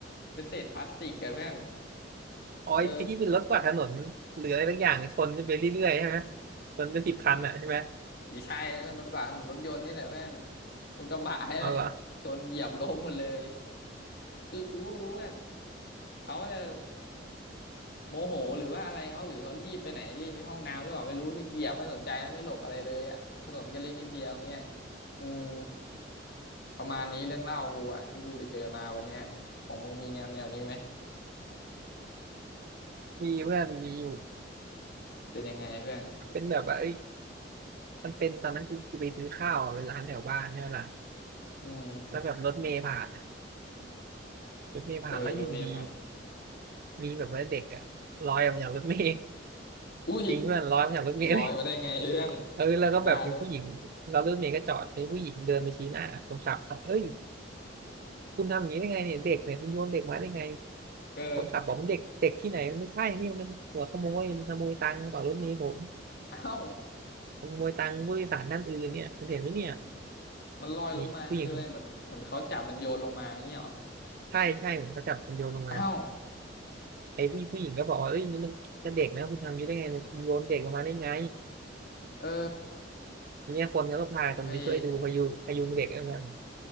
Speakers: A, on the left; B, on the right.
A: เป็นเศษพลาสติกอะเพื่อน
B: อ๋อไอ้ที่เป็นรถกวาดถนนหรืออะไรสักอย่างชนไปเรื่อยๆใช่ไหม
A: เออ
B: ชนเป็นสิบคันอ่ะใช่ไหม
A: ผีชายรถกว่ารถยนต์นี่แหละเพื่อนรถกระบะนี่แหละชนเหยียบล้มหมดเลย
B: อ๋อเหรอ
A: คือกูก็ไม่รู้ว่าเขาจะโมโหหรือว่าอะไรเขาหรือเขารีบไปไหนรีบไปห้องน้ำหรือเปล่าไม่รู้คือเหยียบไม่สนใจแล้วไม่หลบอะไรเลยอ่ะถนนก็เล็กนิดเดียวเงี้ยอืมประมาณนี้เรื่องเล่ากูอ่ะที่กูไปเจอมาวันเนี้ยของมึงมีแนวแนวนี้ไหม
B: มีเพื่อนมีอยู่
A: เป็นยังไงเพื่อน
B: เป็นแบบว่าเอ้ยมันเป็นตอนนั้นคือคือไปซื้อข้าวอะเป็นร้านแถวบ้านใช่ไหมล่ะ
A: อืม
B: แล้วแบบรถเมล์ผ่านอะรถเมล์ผ่านแล้วอยู่ดี
A: เออรถเมล์ผ่าน
B: ๆมีแบบว่าเด็กอะลอยออกมาจากรถเมล์
A: อุ้ย
B: จริงเพื่อนลอยออกมาจากรถเมล์เลย
A: มันลอยมาได้ไงเอื้อน
B: เออแล้วก็แบบมีผู้หญิงแล้วรถเมล์ก็จอดมีผู้หญิงเดินไปชี้หน้าคนขับบอกเอ้ย
A: มึงบ้าหรือเปล่า
B: คุณทำอย่างนี้ได้ไงเนี่ยเด็กเนี่ยคุณโยนเด็กมาได้ไง
A: เออ
B: คนขับบอกมันเด็กเด็กที่ไหนมันไม่ใช่นี่มันหัวขโมยมันขโมยตังค์กระเป๋ารถเมล์ผม
A: เอ้า
B: มันขโมยตังค์ผู้โดยสารท่านอื่นเนี่ยคุณเห็นไหมเนี่ย
A: มันลอยลงมาคืออะไรเหมือนเหมือนเขาจับมันโยนลงมาอย่างเงี้ยเหรอ
B: ไอ้ผู้หญิง ใช่ใช่เหมือนเขาจับมันโยนลงมา
A: เอ้า
B: ไอ้ผู้ผู้หญิงก็บอกว่าเอ้ยนี่มันจะเด็กนะคุณทำอยังนี้ได้ไงคุณโยนเด็กลงมาได้ไง
A: เออ
B: ทีเนี้ยคนก็พากันไปช่วยดูพยุงพยุงเด็กเพื่อน
A: โอ้ย